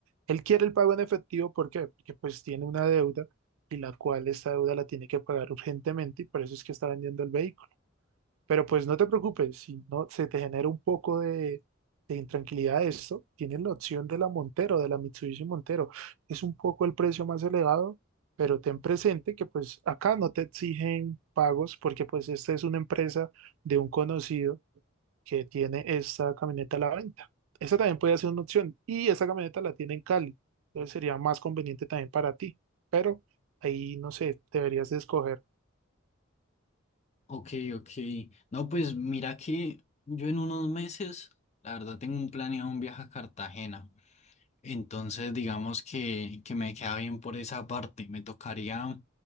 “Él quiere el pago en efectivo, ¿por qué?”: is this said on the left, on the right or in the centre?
Right